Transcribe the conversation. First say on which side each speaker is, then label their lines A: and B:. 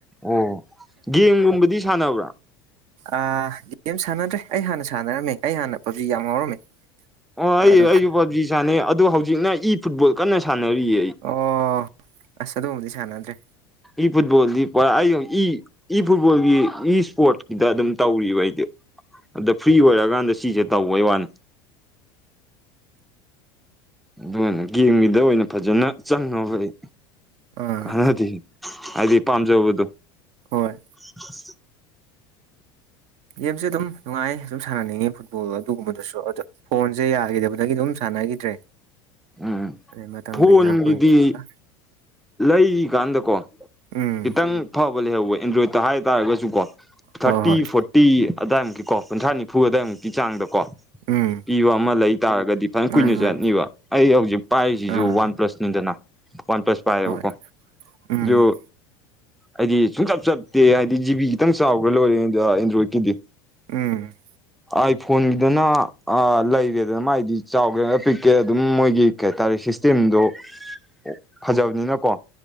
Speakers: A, in the centre; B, on the right.
A: ꯑꯣ ꯒꯦꯝꯒꯨꯝꯕꯗꯤ ꯁꯥꯟꯅꯕ꯭ꯔꯥ
B: ꯑ ꯒꯦꯝ ꯁꯥꯟꯅꯗ꯭ꯔꯦ ꯑꯩ ꯍꯥꯟꯅ ꯁꯥꯟꯅꯔꯝꯃꯦ ꯑꯩ ꯍꯥꯟꯅ ꯄꯥꯞꯖꯤ ꯌꯥꯝ ꯉꯥꯎꯔꯝꯃꯦ
A: ꯑꯣ ꯑꯩ
B: ꯑꯗꯣ
A: ꯑꯩꯁꯨ ꯄꯥꯞꯖꯤ ꯁꯥꯟꯅꯩ ꯑꯗꯣ ꯍꯧꯖꯤꯛꯅ ꯏ ꯐꯨꯠꯕꯣꯜ ꯀꯟꯅ ꯁꯥꯟꯅꯔꯤꯌꯦ ꯑꯩ
B: ꯑꯣ ꯑꯁ ꯑꯗꯨꯒꯨꯝꯕꯗꯤ ꯁꯥꯟꯅꯗ꯭ꯔꯦ
A: ꯏ ꯐꯨꯠꯕꯣꯜꯗꯤ ꯄꯨꯔꯥ ꯏ ꯏ ꯐꯨꯠꯕꯣꯜꯒꯤ ꯏ ꯏꯁꯄꯣꯔꯠꯀꯤꯗ ꯑꯗꯨꯝ ꯇꯧꯔꯤꯕ ꯑꯩꯗꯤ ꯑꯗ ꯐ꯭ꯔꯤ ꯑꯣꯏꯔꯀꯥꯟꯗ ꯁꯤꯁꯦ ꯇꯧꯕꯩ ꯋꯥꯅꯤ ꯑꯗꯨꯅ ꯒꯦꯝꯒꯤꯗ ꯑꯣꯏꯅ ꯐꯖꯅ ꯆꯪꯉꯕ ꯑꯩ
B: ꯑꯥ
A: ꯀꯥꯟꯅꯗꯦ ꯍꯥꯏꯗꯤ ꯄꯥꯝꯖꯕꯗꯨ
B: ꯍꯣꯏ
A: ꯑ <inaudible>
B: ꯒꯦꯝꯁꯦ ꯑꯗꯨꯝ ꯅꯨꯡꯉꯥꯏ ꯑꯗꯨꯝ ꯁꯥꯟꯅꯅꯤꯡꯉꯦ ꯐꯨꯠꯕꯣꯜ ꯑꯗꯨꯒꯨꯝꯕꯗꯨꯁꯨ ꯑꯗꯣ ꯐꯣꯟꯁꯦ ꯌꯥꯈꯤꯗꯕꯗꯒꯤ ꯑꯗꯨꯝ ꯁꯥꯟꯅꯈꯤꯗ꯭ꯔꯦ
A: ꯎꯝ
B: ꯑꯗꯩ ꯃꯇꯝ
A: ꯐꯣꯟ
B: ꯀꯩꯀꯥ ꯐꯪꯗꯕꯒ
A: ꯒꯤꯗꯤ ꯂꯩꯔꯤꯀꯥꯟꯗꯀꯣ
B: ꯎꯝ
A: ꯈꯤꯇꯪ ꯑꯐꯕ ꯂꯩꯍꯧꯕ ꯑꯦꯟꯗ꯭ꯔꯣꯏꯗꯠꯇ ꯍꯥꯏꯇꯥꯔꯒꯁꯨ ꯀꯣ ꯊꯥꯔꯇꯤ
B: ꯍꯣꯏ ꯍꯣꯏ
A: ꯐꯣꯔꯇꯤ ꯄꯤ ꯑꯗꯨꯋꯥꯢꯃꯨꯛꯀꯤꯀꯣ ꯀꯨꯟꯊ꯭ꯔꯥ ꯅꯤꯐꯨ ꯑꯗꯨꯋꯥꯏꯃꯨꯛꯀꯤ ꯆꯥꯡꯗꯀꯣ
B: ꯎꯝ
A: ꯄꯤꯕ ꯑꯃ ꯂꯩ ꯇꯥꯔꯒꯗꯤ ꯐꯅ
B: ꯃꯥꯅꯤ
A: ꯀꯨꯏꯅ
B: ꯃꯥꯅꯤ
A: ꯆꯠꯅꯤꯕ ꯑꯩ ꯍꯧꯖꯤꯛ ꯄꯥꯏꯔꯤꯁꯤꯁꯨ
B: ꯑꯥ
A: ꯋꯥꯟ ꯄꯂꯁꯅꯤꯗꯅ ꯋꯥꯟ ꯄꯂꯁ ꯄꯥꯏꯌꯦꯕꯀꯣ
B: ꯍꯣꯏ ꯎꯝ
A: ꯑꯗꯨ ꯍꯥꯏꯗꯤ ꯁꯨꯡꯆꯞ ꯆꯞꯇꯦ ꯍꯥꯏꯗꯤ ꯖꯤꯕꯤ ꯈꯤꯇꯪ ꯆꯥꯎꯈ꯭ꯔ ꯂꯣꯏꯔꯦ ꯑꯦꯟꯗ꯭ꯔꯣꯏꯗꯀꯤꯗꯤ
B: ꯎꯝ
A: ꯑꯩ ꯐꯣꯟꯒꯤꯗꯨꯅ ꯑꯥ ꯂꯩꯔꯦꯗꯅ ꯃꯥꯥꯏꯗꯤ ꯆꯥꯎꯒꯦ ꯄꯤꯛꯀꯦꯔ ꯑꯗꯨꯝ ꯃꯣꯏꯒꯤ ꯀꯩ ꯍꯥꯏꯇꯥꯔꯦ ꯁꯤꯁꯇꯦꯝꯗꯣ ꯑꯣ ꯐꯖꯕꯅꯤꯅꯀꯣ